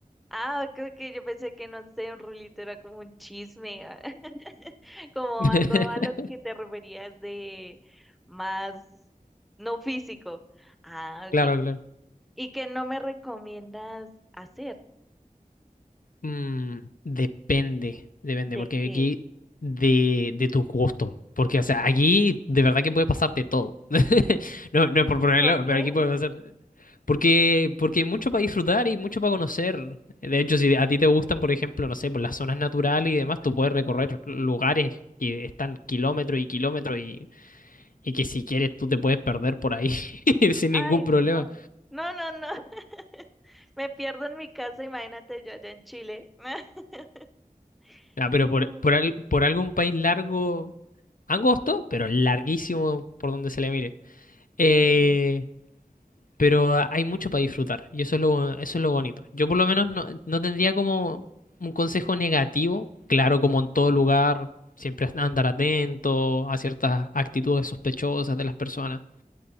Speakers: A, in the centre; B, on the left (about 70°).
A: ah, ok, ok, Yo pensé que no sé, un rulito era como un chisme, ah, <laughs> como
B: <laughs>
A: algo a lo que te referías de más no físico. Ah,
B: Claro,
A: ok.
B: claro.
A: ¿Y qué no me recomiendas hacer?
B: Mm, depende, depende,
A: ¿De
B: porque
A: qué?
B: aquí de, de tus gustos. Porque, o sea, aquí de verdad que puede pasarte todo. <laughs> No, no es por ponerlo,
A: ¿Por qué?
B: pero aquí puede
A: <laughs>
B: pasar. Porque, porque hay mucho para disfrutar y mucho para conocer. De hecho, si a ti te gustan, por ejemplo, no sé, por las zonas naturales y demás, tú
A: Ujú.
B: puedes recorrer lugares que están kilómetros y kilómetros y, y que si quieres tú te puedes perder por ahí <laughs> sin
A: Ay,
B: ningún problema.
A: no. No, no, no. <laughs> Me pierdo en mi casa, imagínate yo allá en Chile. <laughs>
B: Ah, pero
A: No.
B: por, por, al- por algo país largo, angosto, pero larguísimo por donde se le mire. Eh,
A: Ok,
B: pero hay mucho para disfrutar y eso es lo, eso es lo bonito. Yo por lo menos no, no tendría como un consejo negativo. Claro, como en todo lugar, siempre andar atento a ciertas actitudes sospechosas de las personas